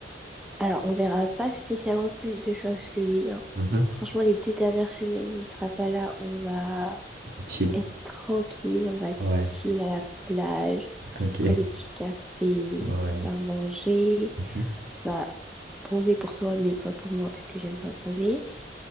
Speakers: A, in the centre; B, on the right.
A: Alors, on verra pas spécialement plus de choses que lui, hein.
B: Mhm.
A: Franchement, les deux dernières semaines où il sera pas là, on va
B: Chill.
A: être tranquille, on va
B: Ouais.
A: chill à la plage,
B: Ok.
A: prendre des petits cafés,
B: Ouais.
A: on va manger,
B: Mhm.
A: on va bronzer pour toi, mais pas pour moi, parce que j'aime pas bronzer.